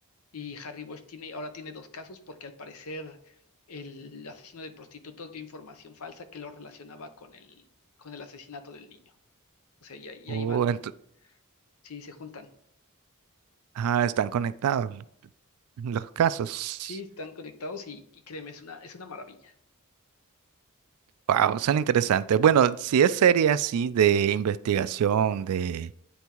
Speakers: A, on the left; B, on the right.
A: y Harry Bosch tiene, ahora tiene dos casos porque al parecer el asesino de prostitutos dio información falsa que lo relacionaba con el, con el asesinato del niño. O sea, ya, ya
B: oh,
A: iban,
B: ento-
A: sí, se juntan.
B: ah, están conectados. Los casos.
A: Sí, están conectados y, y créeme, es una, es una maravilla.
B: Wow, son interesantes. Bueno, si es serie así de investigación, de,